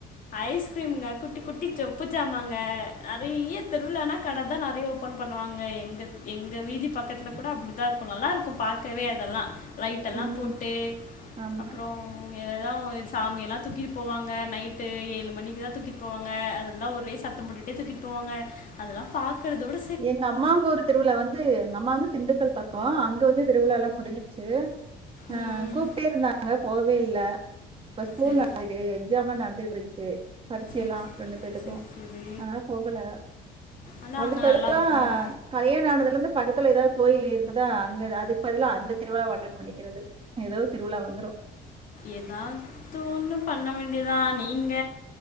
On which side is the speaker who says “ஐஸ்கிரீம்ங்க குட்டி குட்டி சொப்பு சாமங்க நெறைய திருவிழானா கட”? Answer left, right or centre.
Left